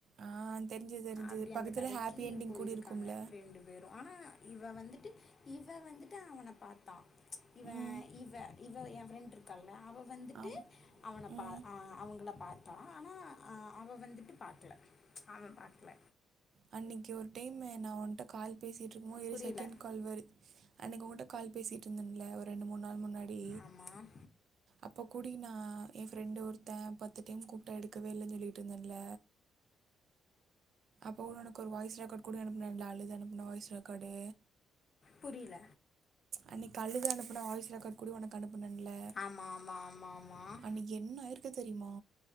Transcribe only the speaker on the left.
அப்டி
அந்த கடைக்கி
போயிருக்காங்க
ரெண்டு பேரு ஆனா இவ வந்துட்டு இவ வந்துட்டு அவன பாத்தா இவ
இவ இவ ஏ ஃப்ரெண்ட் இருக்கால்ல அவ வந்துட்டு
அவன
பா ஆ அவங்கள பாத்தா ஆனா ஆ அவ வந்துட்டு பாக்ல அவ பாக்ல
புரியல
ஆமாம்
புரியல
ஆமாம் ஆமாம் ஆமாம் ஆமாம்